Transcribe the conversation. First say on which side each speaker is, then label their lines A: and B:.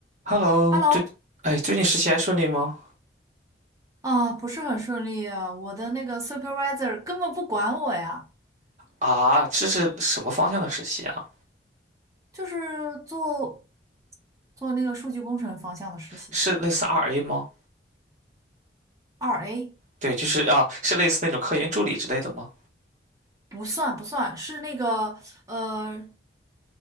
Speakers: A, on the right; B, on the right.
A: Hello，
B: Hello，
A: 最，哎，最近实习还顺利吗？
B: 啊，不是很顺利啊，我的那个 supervisor 根本不管我呀，
A: 啊，这是什么方向的实习啊？
B: 就是做做那个数据工程方向的实习，
A: 是类似 RA 吗？
B: 二 A
A: 对，就是啊，是类似那种科研助理之类的吗？
B: 不算不算，是那个呃，